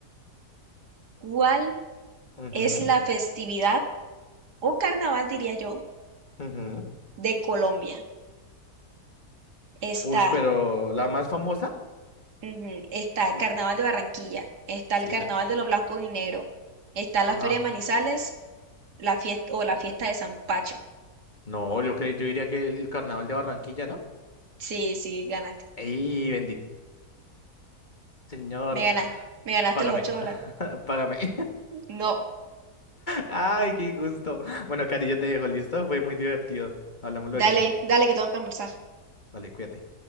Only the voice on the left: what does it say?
Ujú.
Ujú.
Ush, pero la más famosa.
Porque...
Sí.
Ajá.
No, yo, cre- yo diría que el, el carnaval de Barranquilla, ¿no?
¡Ey, bendito señor!
Págame,
<laughs> págame. <laughs>
¡Ay, qué gusto! Bueno, Cari, yo te dejo, ¿listo? Fue muy divertido. Hablamos luego.
Vale, cuídate.